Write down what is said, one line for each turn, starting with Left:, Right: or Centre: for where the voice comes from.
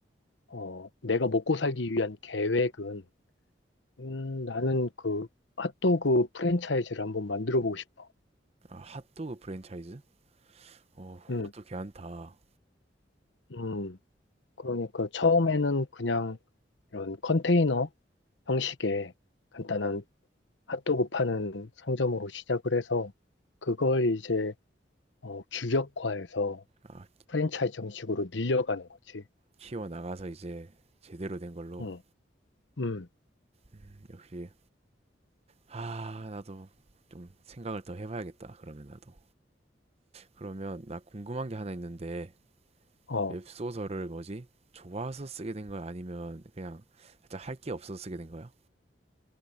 Left: 어, 내가 먹고 살기 위한 계획은 음, 나는 그 핫도그 프랜차이즈를 한번 만들어 보고 싶어.
Right: 아 핫도그 프랜차이즈? 어
Left: 음,
Right: 그것도 괜찮다.
Left: 음. 그러니까 처음에는 그냥 이런 컨테이너 형식의 간단한 핫도그 파는 상점으로 시작을 해서 그걸 이제 어, 규격화해서
Right: 아
Left: 프랜차이즈 형식으로 늘려가는 거지.
Right: 키워 나가서 이제 제대로 된 걸로
Left: 음, 음.
Right: 음, 역시 아 나도 좀 생각을 더 해봐야겠다. 그러면 나도 그러면 나 궁금한 게 하나 있는데
Left: 어.
Right: 웹소설을 뭐지? 좋아서 쓰게 된 거야? 아니면 그냥 살짝 할 게 없어서 쓰게 된 거야?